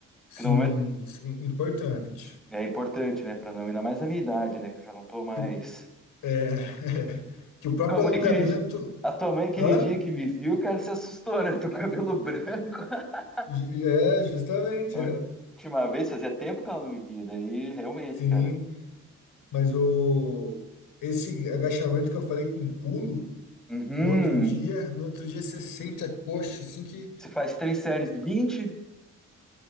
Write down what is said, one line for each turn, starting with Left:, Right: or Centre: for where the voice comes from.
Left: Sim,
Centre: Que no momento
Left: sim, importante.
Centre: é importante, né? Para não, ainda mais na minha idade, né? Que eu já não tô mais.
Left: Que o,
Centre: <laughs>
Left: é, <laughs> que o próprio
Centre: A mãe
Left: alongamento.
Centre: aquele dia- a tua mãe aquele
Left: Hã?
Centre: dia que me viu, cara, se assustou, né? <laughs> Tô com cabelo branco. <laughs>
Left: Ju- É, justamente.
Centre: A última vez fazia tempo que ela não me via, daí realmente,
Left: <laughs> Sim.
Centre: cara.
Left: Mas o esse agachamento que eu falei com pulo,
Centre: Uhum.
Left: no outro dia, no outro dia você sente a coxa assim que
Centre: Você faz três séries de 20